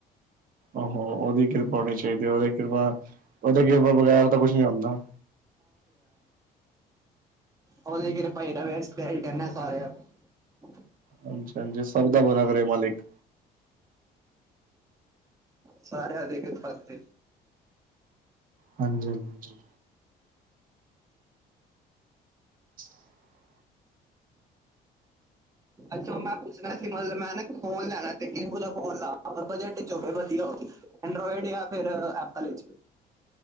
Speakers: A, on the right; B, on the right.
A: ਆਹੋ ਓਹਦੀ ਕਿਰਪਾ ਹੋਣੀ ਚਾਹੀਦੀ ਐ, ਓਹਦੀ ਕਿਰਪਾ ਓਦੇ ਯੋਬੋ ਬਗੈਰ ਤਾਂ ਕੁਛ ਨੀ ਹੋਂਦਾ।
B: ਔਦੀ ਕਿਰਪਾ ਈ ਹੈਗ ਬਈ ਅਸੀ ਤਾ ਐਹੀ ਕੈੰਦੇ ਸਾਰੇਆਂ ਨੂੰ।
A: ਹਂਜੀ ਹਾਂਜੀ ਸਬਦਾ ਭਲਾ ਕਰੇ ਮਾਲਿਕ।
B: ਸਾਰੇਆਂ ਤੇਈ ਕਿਰਪਾ ਕਰੇ।
A: ਹਾਂਜੀ ਹਾਂਜੀ। <inaudible>
B: ਅਈਔ ਮੈਂ ਪੁੱਛਣਾ ਸੀ ਮਤਲਬ ਮੈਂ ਨਾ ਇਕ ਫੋਨ ਲੈਣੈ ਤੇ ਕਿਹੋ ਜਾ ਫੋਨ ਲਾ ਬਜਟ ਚ ਹੋਵੇਂ ਵਧੀਆ ਹੋਵੇਂ। ਅੰਡਰੋਇਡ ਯਾ ਫਿਰ ਐਪਲ ਇਚ।